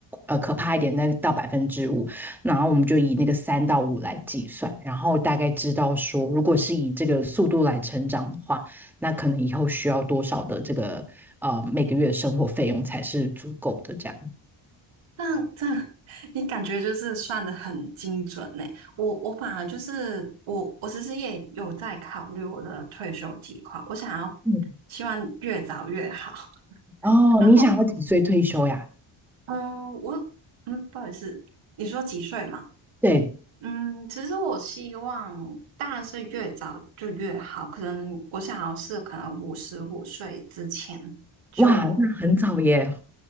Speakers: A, in the centre; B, on the right (about 75°).
A: 呃可怕一点，那到百分之五。然后我们就以那个三到五来计算，然后大概知道说，如果是以这个速度来成长的话，那可能以后需要多少的这个呃每个月的生活费用才是足够的这样。
B: 但但 <laughs> 你感觉就是算的很精准呢。我我反而就是我我其实也有在考虑我的退休计划，我想要
A: 嗯，
B: 希望越早越好。
A: 哦，
B: <laughs> 然后
A: 你想要几岁退休呀？
B: 嗯，我嗯，不好意思，你说几岁嘛？
A: 对，
B: 嗯，其实我希望当然是越早就越好，可能我想要是可能五十五岁之前就。
A: 哇，那很早耶，